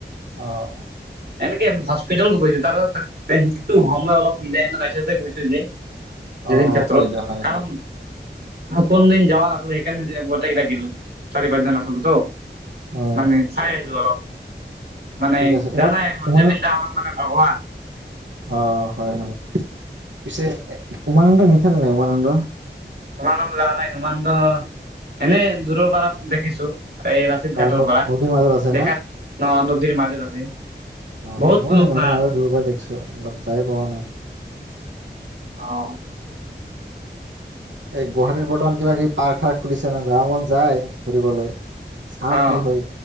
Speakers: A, on the right; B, on the right.
A: অঁ
B: এনেকে হস্পিতালত গৈছো <unintelligible> সময় অলপ মিলে এনে তা পিচতে গৈছো যে। জুবিন
A: অ', অ
B: ক্ষেত্ৰত
A: হয় দে হয়
B: কাৰণ,
A: হয়
B: মই কোনদিন যাৱা নাছিলো সেইকাৰণে গতেকেইতা গলো চাৰি পাঁচজন আছিলো তো
A: অ',
B: মানে চাই আহিলো অলপ মানে
A: ঠিক আছে উমা
B: জানাই ম
A: উমা
B: জুবিন দা আমাৰ মানে ভগৱান।
A: অ হয় হয় পিছে উমানন্দ গেছা না নাই উমানন্দ?
B: উমানন্দ যা নাই উমানন্দ এনে দূৰৰ পৰা দেখিছো এই ৰাছ লাচিত
A: অ',
B: ঘাটৰ পৰা
A: নদীৰ মাজত আছে
B: দেখাত
A: না
B: ন নদীৰ মাজত আছে।
A: অ
B: বহুত
A: মই
B: লোক
A: সেই নদীৰ
B: ভাল
A: মাজত দূৰ পৰা দেখিছো বাট যায় পোৱা নাই।
B: অ
A: এ গুৱাহাটীত বৰ্তমান কিবা কিবি পাৰ্ক থাৰ খুলিছে নে যাব মন যায় ফুৰিবলৈ। চাওঁ
B: অ
A: কি হয়